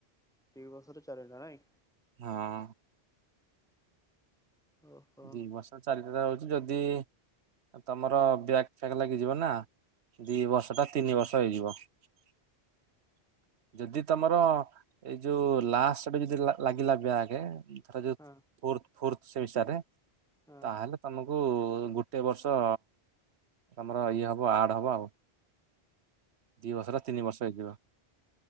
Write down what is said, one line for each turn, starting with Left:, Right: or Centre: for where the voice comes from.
Centre: ଦି ବର୍ଷ ରେ ଚାରି ଟା ନାଇଁ?
Right: ହଁ।
Centre: ଓହୋ
Right: ଦି ବର୍ଷ ଚାରିଟା <unintelligible> ଯଦି ତମର ବ୍ୟାକ୍ ଫ୍ୟାକ୍ ଲାଗିଯିବ ନା ଦି ବର୍ଷ ଟା ତିନି ବର୍ଷ ହେଇଯିବ। <inaudible> ଯଦି ତମର ଏଇ ଯୋଉ ଲାଷ୍ଟ <unintelligible> ଯଦି ଲା ଲାଗିଲା ବ୍ୟାକେ ତାର ଯୋଉ
Centre: ହଁ
Right: ଫୋର୍ଥ ଫୋର୍ଥ ସେମିଷ୍ଟାର୍ ରେ
Centre: ହଁ
Right: ତାହେଲେ ତମକୁ ଗୁଟେ ବର୍ଷ ତମର ଇଏ ହବ ଆଡ଼୍ ହବ ଆଉ। ଦି ବର୍ଷ ଟା ତିନି ବର୍ଷ ହେଇଯିବ।